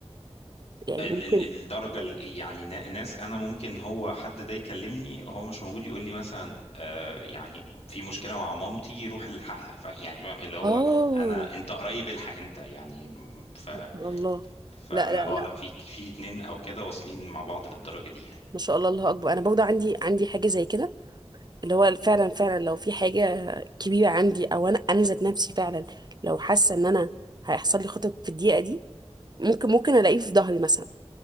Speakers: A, on the right; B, on the left.
A: يعني
B: ال
A: ممكن
B: ال الدرجة ال- يعني نا- ناس أنا ممكن هو حد ده يكلمني هو مش موجود يقول لي مثلا آه يعني في مشكلة مع مامتي روح الحقها ف- يعني ف- اللي هو
A: اه
B: أنا أنت قريب الحق أنت يعني ف
A: ما شاء الله
B: فاحنا
A: لا لا
B: اه
A: لا
B: لا في في اتنين أو كده واصلين مع بعض للدرجة دي يعني
A: ما شاء الله الله اكبر انا برضه عندي عندي حاجه زي كده اللي هو فعلا فعلا لو في حاجه كبيره عندي او انا انا ذات نفسي فعلا لو حاسه ان انا هيحصل لي خطط في الدقيقه دي ممكن ممكن الاقيه في ظهري مثلا